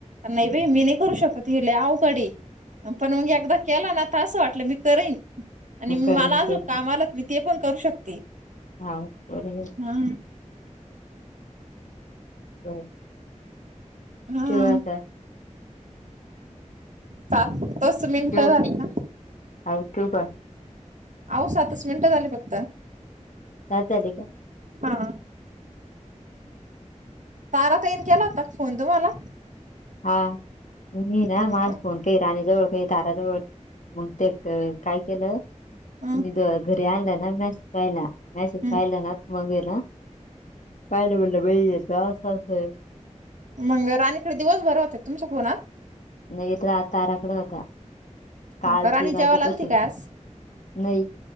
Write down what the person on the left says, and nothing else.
करेल
ते
हा बरोबर.
ह.
ठिवू या आता.
ठेव
हा ठेव का
सात झाले का?
हा. मी ना,
माझ
फोन की राणी जवळ, काही ताराजवळ मग ते काय केलं.
ते आलं ना मॅसेज पाहिला. मॅसेज
पाहिला ना मंग ईला पायले म्हटले बहि जे आ अस
नाही तर ताराकड होता, काल
तीन वाजेपासून
नाही